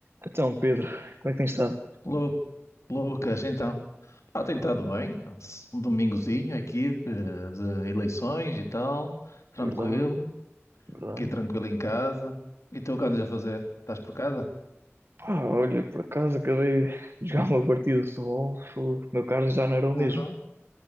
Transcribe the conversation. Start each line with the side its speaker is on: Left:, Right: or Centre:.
Right: Então, Pedro, como é que tens estado?
Left: Lu- Lucas, então, ah, tem estado bem, um domingozinho aqui de, de eleições e tal, tranquilo,
Right: Verdade, verdade.
Left: aqui tranquilo em casa. E tu o que andas a fazer? Estás por casa?
Right: Pá, olha, por acaso acabei de jogar uma partida de futebol, fogo, meu carro já não era o
Left: Ah,
Right: mesmo,